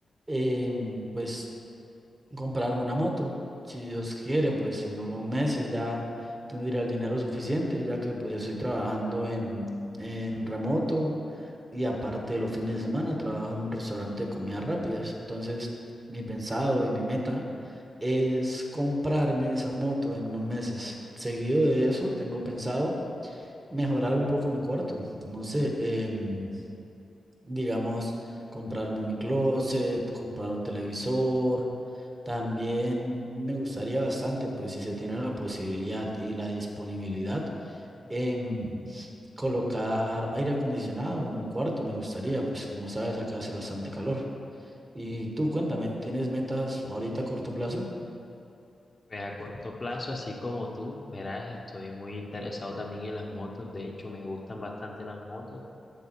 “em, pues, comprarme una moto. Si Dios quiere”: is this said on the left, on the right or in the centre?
Right